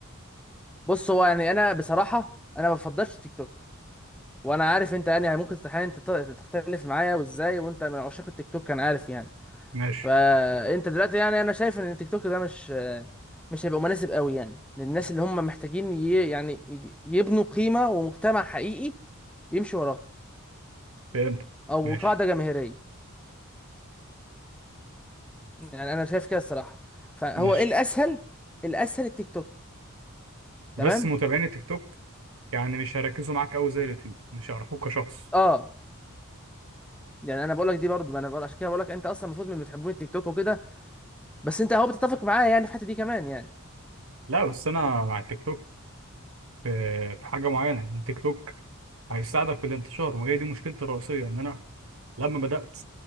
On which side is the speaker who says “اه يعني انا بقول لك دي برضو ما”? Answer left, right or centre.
Centre